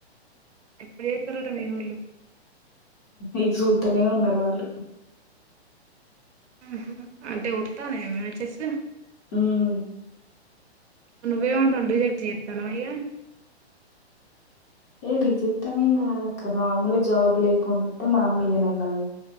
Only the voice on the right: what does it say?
ఎప్పుడుచేతరట మీవోల్లు
హుమ్మ్ అంటే వత్తానాయ మ్యాచెస్
నువ్ ఏమంటానవ్ రిజెక్ట్ చేతనావావి